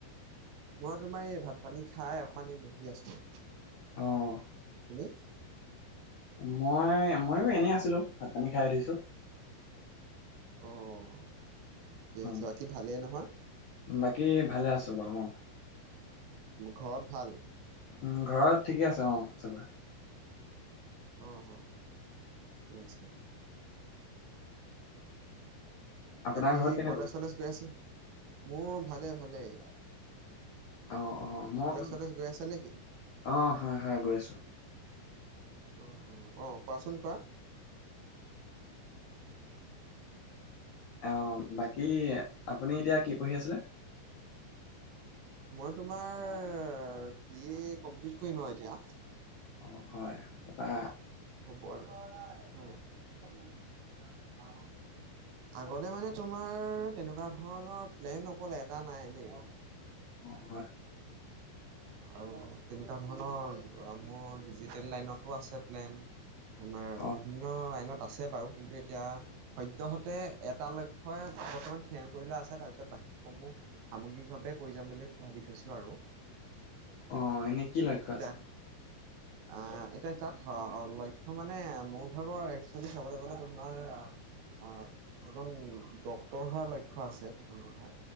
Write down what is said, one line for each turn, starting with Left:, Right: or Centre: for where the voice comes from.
Right: মই তোমাৰ এই ভাত পানী খাই অকমান বহি আছো।
Left: অ'।
Right: তুমি?
Left: মই -মইয়ো এনেই আছিলো ভাত পানী খাই উঠিছো।
Right: অ' ঠিক
Left: অ
Right: আছে, বাকী ভালেই নহয়?
Left: বাকী ভালে আছো বাৰু অ',।
Right: ঘৰত ভাল?
Left: উম' ঘৰত ঠিকে আছে অ' চবৰে।
Right: অ' ঠিকে আছে দে।
Left: আপোনাৰ
Right: বাকী
Left: ঘৰত কেনেকুৱা
Right: কলেজ চলেজ গৈ আছে? মোৰ ভালে ভালেই।
Left: অ'- অ' মই।
Right: চলেজ গৈ আছা নেকি
Left: অ' হয়- হয় গৈ আছো।
Right: উম' অ' অ' কোৱাচোন কোৱা।
Left: অ' বাকী আপুনি এতিয়া কি পঢ়ি আছিলে?
Right: মই তোমাৰ বি এ কমপ্লিট কৰিম আৰু এতিয়া।
Left: অ' হয়। তাৰপৰা
Right: হ'ব আৰু হয়।
Left: <inaudible>
Right: আগতে মানে তোমাৰ তেনেকুৱা ধৰণৰ প্লেন অকলে এটা নাই দেই।
Left: অ', হয়।
Right: আৰু তেনেকুৱা ধৰণৰ মোৰ ডিজিটেল লাইনতো আছে প্লেন। আমাৰ
Left: অ
Right: বিভিন্ন লাইনত আছে বাৰু কিন্তু এতিয়া সদ্যহতে এটা লক্ষ্যই বৰ্তমান থিৰাং কৰি লোৱা আছে তাৰপিছত বাকীসমূহ সামগ্ৰিকভাৱে কৈ যাম বুলি ভাবি থৈছোঁ আৰু।
Left: অ' এনেই কি লক্ষ্য
Right: এতিয়া
Left: আছে?
Right: আহ, এতিয়া তাত লক্ষ্য মানে মোৰ ভাগৰ একচুৱেলি চাবলৈ গ'লে তোমাৰ আহ এজন ড্ক্তৰ হোৱাৰ লক্ষ্য আছে প্ৰথম কথা।